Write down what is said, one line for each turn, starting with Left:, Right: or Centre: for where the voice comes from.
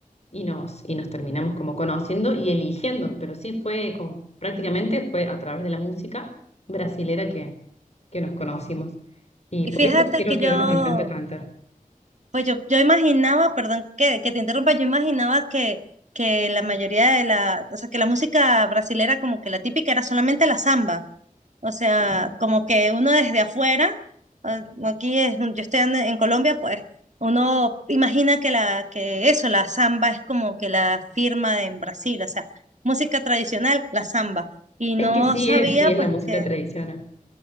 Left: y nos, y nos terminamos como conociendo y eligiendo, pero sí fue como, prácticamente fue a través de la música brasilera que, que nos conocimos. Y
Right: Y
Left: por
Right: fíjate
Left: eso quiero
Right: que
Left: que
Right: yo,
Left: hoy nos encanta cantar.
Right: pues yo, yo imaginaba, perdón que, que te interrumpa, yo imaginaba que, que la mayoría de la, o sea, que la música brasilera como que la típica era solamente la samba. O sea,
Left: Ujú.
Right: como que uno desde afuera, ah, aquí es- yo estoy en, en Colombia, pues uno imagina que la, que eso, la samba es como que la firma en Brasil, o sea, música tradicional, la samba. Y
Left: Es
Right: no
Left: que sí
Right: sabía,
Left: es, sí es
Right: pues
Left: la música
Right: que,
Left: tradicional.